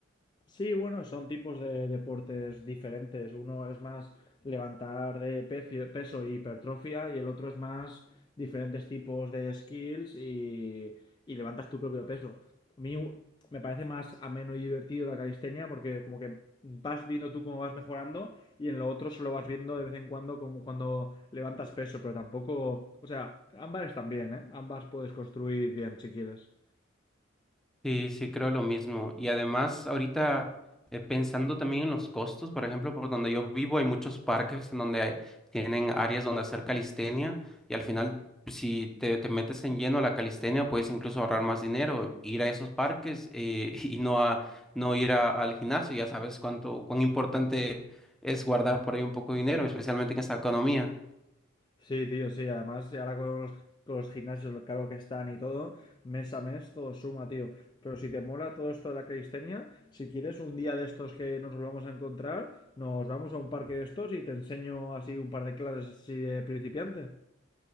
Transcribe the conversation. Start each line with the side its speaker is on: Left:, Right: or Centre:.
Left: Sí, bueno, son tipos de deportes diferentes. Uno es más levantar eh, pecio- peso y hipertrofia y el otro es más diferentes tipos de skills y, y levantas tu propio peso. A mí u- me parece más ameno y divertido la calistenia porque como que vas viendo tú cómo vas mejorando y en lo otro solo vas viendo de vez en cuando como cuando levantas peso, pero tampoco, o sea, ambas están bien, ¿eh? Ambas puedes construir bien si quieres.
Centre: Sí, sí, creo lo mismo. Y además, ahorita eh, pensando también en los costos, por ejemplo, por donde yo vivo hay muchos parques en donde hay- tienen áreas donde hacer calistenia y al final, pues, si te, te metes en lleno a la calistenia, puedes incluso ahorrar más dinero, ir a esos parques eh, <laughs> y no, a, no ir a- al gimnasio. Ya sabes cuánto, cuán importante es guardar por ahí un poco de dinero, especialmente en esta economía.
Left: Sí, tío, sí, además ahora con los, con los gimnasios, lo caro que están y todo, mes a mes todo suma, tío. Pero si te mola todo esto de la calistenia, si quieres un día de estos que nos volvamos a encontrar, nos vamos a un parque de estos y te enseño así un par de clases así de principiante.